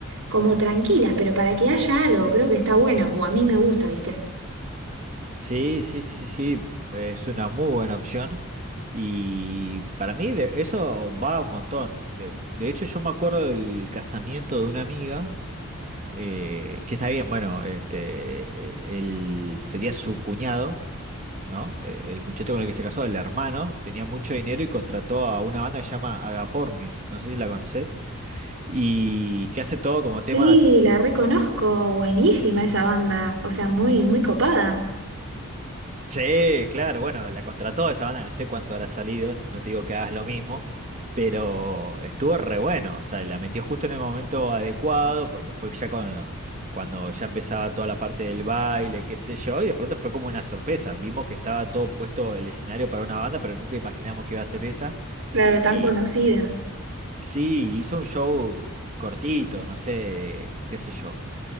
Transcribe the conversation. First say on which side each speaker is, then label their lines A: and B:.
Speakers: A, on the right (about 70°); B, on the right (about 35°).
A: como tranquilas, pero para que haya algo, creo que está bueno, o a mí me gusta, ¿viste?
B: Sí, sí, sí, sí, es una muy buena opción y para mí de- eso va un montón. De, de hecho, yo me acuerdo del casamiento de una amiga, eh, que está bien, bueno, este, eh, él sería su cuñado, ¿no? Eh, El muchacho con el que se casó, el hermano, tenía mucho dinero y contrató a una banda que se llama Agapornis, no sé si la conoces, y que hace todo como temas.
A: Sí,
B: eh,
A: la reconozco, buenísima esa banda, o sea, muy, muy copada,
B: Sí, claro, bueno, la contrató esa banda, no sé cuánto habrá salido, no te digo que hagas lo mismo, pero estuvo re bueno, o sea, la metió justo en el momento adecuado, porque fue ya cuando, cuando ya empezaba toda la parte del baile, qué sé yo, y de pronto fue como una sorpresa, vimos que estaba todo puesto el escenario para una banda, pero nunca imaginamos que iba a ser esa,
A: claro, tan
B: y
A: conocida,
B: sí, hizo un show cortito, no sé, qué sé yo,